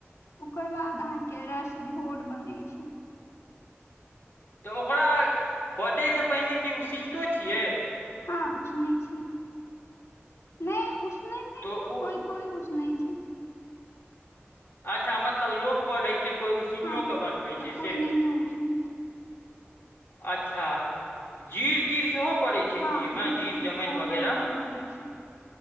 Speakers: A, on the left; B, on the left.
A: ओकर बाद अहाँ के रस झोर बनै छै।
B: तऽ ओकरा कटे से पहिने की उसिनतो छियै।
A: हां उसनै छी नै उसनै नै
B: तो
A: छै
B: ओ
A: कोय-कोय उस सुनाइ छै?
B: अच्छा मतलब लोक पढ़ै छै कोइ उसिनियो
A: हँ
B: के बनबै
A: आ
B: छै
A: कोइ
B: से
A: नहियो उसनै छै
B: अच्छा, जीर तीर सेहो पड़ै छै
A: हँ
B: कि एहिमे, जीर जमैन
A: फोरनमे
B: वगैरह
A: पड़ै छै